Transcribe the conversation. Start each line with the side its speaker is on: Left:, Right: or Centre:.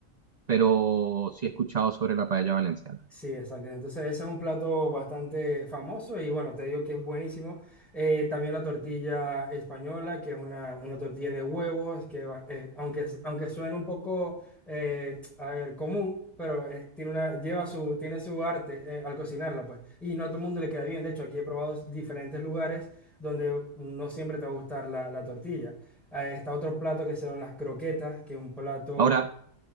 Right: pero sí he escuchado sobre la paella valenciana.
Centre: Sí, exacto. Entonces ese es un plato bastante famoso y bueno, te digo que es buenísimo. Eh, también la tortilla española, que es una, una tortilla de huevos, que va- eh, aunque, aunque suene un poco eh, a ver, común, pero eh, tiene una, lleva su, tiene su arte eh, al cocinarla, pues. Y no a todo el mundo le queda bien. De hecho, aquí he probado diferentes lugares donde no siempre te va a gustar la, la tortilla. Eh, está otro plato que son las croquetas, que es un plato...
Right: Ahora,